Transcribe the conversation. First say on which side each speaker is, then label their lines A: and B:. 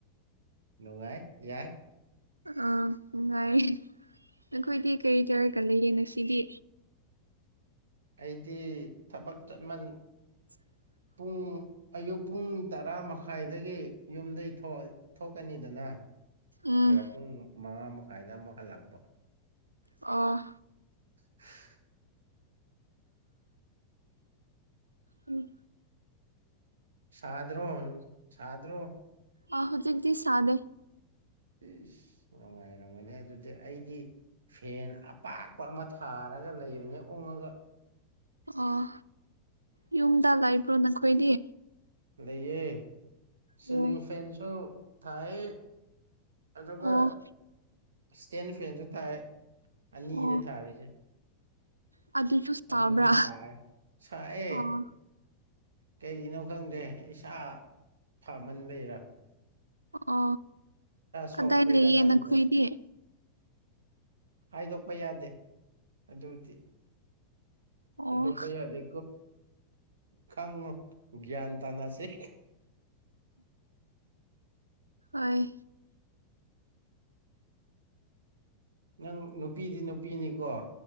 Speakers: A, on the right (about 65°); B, on the right (about 80°).
A: ꯅꯨꯡꯉꯥꯏ ꯌꯥꯏ
B: ꯑꯥ ꯅꯨꯡꯉꯥꯏꯌꯦꯦ ꯅꯈꯣꯏꯗꯤ ꯀꯩ ꯇꯔꯒ ꯂꯩꯌꯦ ꯉꯁꯤꯗꯤ
A: ꯑꯩꯗꯤ ꯊꯕꯛ ꯆꯠꯃꯟ
B: <inaudible>
A: ꯄꯨꯡ ꯑꯌꯨꯛ ꯄꯨꯡ ꯇꯔꯥ ꯃꯈꯥꯏꯗꯒꯤ ꯌꯨꯝꯗꯒꯤ ꯊꯣꯛꯀꯅꯤꯗꯅ
B: ꯎꯝ
A: ꯑꯗꯨꯒ ꯄꯨꯡ ꯃꯉꯥ ꯃꯈꯥꯏꯗ ꯑꯃꯨꯛ ꯍꯜꯂꯛꯄ
B: ꯑ
A: <inaudible>
B: ꯎꯝ
A: ꯁꯥꯗꯔꯣꯅ ꯁꯥꯗꯔꯣ
B: ꯑꯍ ꯍꯧꯖꯤꯛꯗꯤ ꯁꯥꯗꯦ
A: ꯏꯁ ꯅꯨꯡꯉꯥꯏꯔꯝꯒꯅꯤ ꯑꯗꯨꯗꯤ ꯑꯩꯗꯤ ꯐꯦꯟ ꯑꯄꯥꯛꯄ ꯑꯃ ꯊꯥꯔꯒ ꯂꯩꯕꯅꯦ ꯑꯣꯡꯉꯒ
B: ꯑꯣ ꯌꯨꯝꯗ ꯂꯩꯥꯛꯏꯕ꯭ꯔꯣ ꯅꯈꯣꯏꯗꯤ
A: ꯂꯩꯏꯌꯦ ꯁꯤꯤꯂꯤ
B: ꯑꯣ
A: ꯐꯦꯟꯁꯨꯣ ꯊꯥꯏ ꯑꯗꯨꯒ
B: ꯑꯣ
A: ꯏꯁꯇꯦꯟ ꯐꯦꯟꯁꯨ ꯇꯥꯏ ꯑꯅꯤꯅꯦ
B: ꯑꯣ
A: ꯊꯥꯔꯤꯁꯦ
B: ꯑꯗꯨꯁꯨ ꯁꯥꯕ꯭ꯔꯥ
A: ꯑꯗꯨꯗꯁꯨ ꯆꯥꯏ ꯆꯥꯏꯌꯦ
B: ꯑꯣ
A: ꯀꯩꯒꯤꯅꯣ ꯈꯪꯗꯦ ꯏꯁꯥ ꯐꯥꯃꯟꯕꯔ
B: ꯑ ꯀꯗꯥꯏ
A: ꯁꯣꯛꯄꯩꯔꯥ
B: ꯂꯩꯌꯦꯅ
A: ꯈꯪꯗ꯭ꯔꯦ
B: ꯈꯨꯏꯔꯤꯌꯦ
A: ꯍꯥꯏꯗꯣꯛꯄ ꯌꯥꯗꯦ ꯑꯗꯨꯗꯤ
B: ꯑꯣ
A: ꯑꯗꯣꯄꯩꯗꯣ ꯈꯪꯉ ꯭ꯌꯥꯟ ꯇꯅꯁꯤꯦ
B: ꯑꯣꯏ
A: ꯅꯪ ꯅꯨꯄꯤꯗꯤ ꯅꯨꯄꯤꯅꯤꯀꯣ